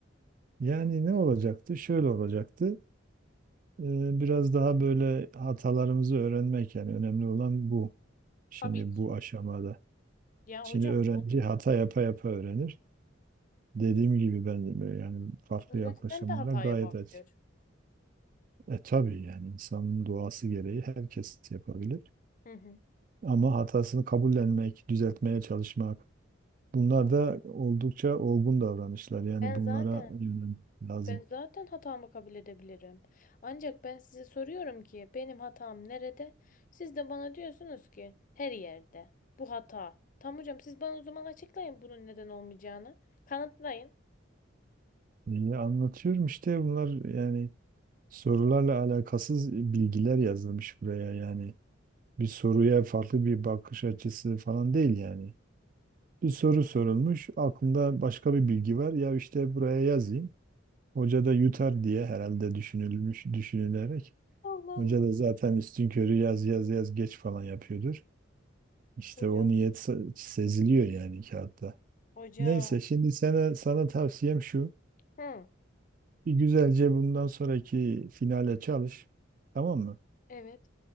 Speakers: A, on the right (about 40°); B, on the left (about 40°).
A: yani ne olacaktı? Şöyle olacaktı. Ee, biraz daha böyle hatalarımızı öğrenmek yani önemli olan bu. Şimdi
B: Tabii ki.
A: bu aşamada.
B: Ya
A: Şimdi
B: hocam
A: öğrenci
B: zaten
A: hata yapa yapa öğrenir. Dediğim gibi ben de böyle yani farklı
B: öğretmen
A: yaklaşımlara
B: de hata
A: gayet
B: yapabilir.
A: aç. E tabii yani insanın doğası gereği herkes yapabilir.
B: Hı hı.
A: Ama hatasını kabullenmek, düzeltmeye çalışmak. Bunlar
B: Ya
A: da oldukça olgun davranışlar. Yani
B: ben
A: bunlara
B: zaten
A: yönelmek lazım.
B: Ben zaten hatamı kabul edebilirim. Ancak ben size soruyorum ki benim hatam nerede? Siz de bana diyorsunuz ki her yerde. Bu hata. Tamam hocam siz bana o zaman açıklayın bunun neden olmayacağını. Kanıtlayın.
A: İyi anlatıyorum işte bunlar yani sorularla alakasız bilgiler yazılmış buraya yani. Bir soruya farklı bir bakış açısı falan değil yani. Bir soru sorulmuş, aklında başka bir bilgi var. Ya işte buraya yazayım. Hoca da yutar diye herhalde düşünülmüş, düşünülerek.
B: Allah
A: Hoca
B: Allah.
A: da zaten üstünkörü yaz yaz yaz geç falan yapıyordur. İşte
B: Hocam.
A: o niyet se- seziliyor yani kağıtta.
B: Hocam.
A: Neyse şimdi sana, sana tavsiyem şu.
B: Hı,
A: Bir güzelce bundan sonraki finale çalış. Tamam mı?
B: evet.